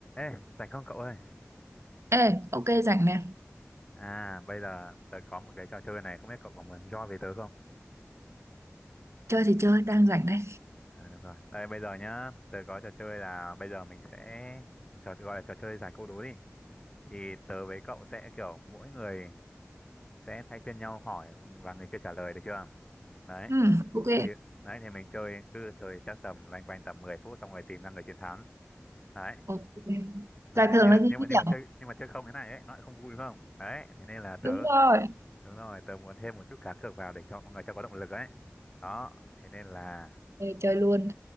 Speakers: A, on the left; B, on the right.
A: Ê, rảnh không cậu ơi?
B: Ê, ok rảnh nè.
A: À, bây giờ tớ có một cái trò chơi này, không biết cậu có muốn join với tớ không?
B: Chơi thì chơi, đang rảnh đây.
A: À, được rồi. Đây, bây giờ nhá, tớ có trò chơi là bây giờ mình sẽ trò gọi là trò chơi giải câu đố đi. Thì tớ với cậu sẽ kiểu mỗi người sẽ thay phiên nhau hỏi và người kia trả lời được chưa? Đấy,
B: Ừ, ok.
A: thì đấy thì mình chơi cứ chơi chắc tầm loanh quanh tầm 10 phút xong rồi tìm ra người chiến thắng. Đấy,
B: Ok.
A: đấy,
B: Giải thưởng
A: nhưng
B: là
A: mà
B: gì
A: nhưng mà
B: thế
A: nhưng
B: nhỉ?
A: mà chơi nhưng mà chơi không thế này ấy, nó lại không vui đúng không? Đấy, thế nên là tớ
B: Đúng rồi.
A: Đúng rồi, tớ muốn thêm một chút cá cược vào để cho mọi người cho có động lực ấy. Đó, thế nên là
B: Ê, chơi luôn.